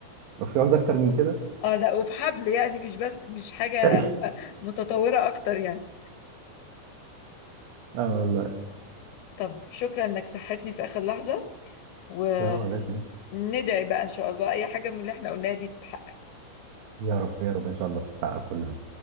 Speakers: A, on the right; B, on the left.
A: لو في عوزه اكتر من كده
B: اه لا وبحبل يعني مش بس مش حاجة
A: <laughs>
B: متطورة اكتر يعني
A: اه والله
B: طب شكرا انك صحتني في اخر لحظة وندعي
A: اه لازم
B: بقى ان شاء الله اي حاجة من اللي احنا قلناها دي تتحقق
A: يا رب يا رب ان شاء الله تتحقق كلها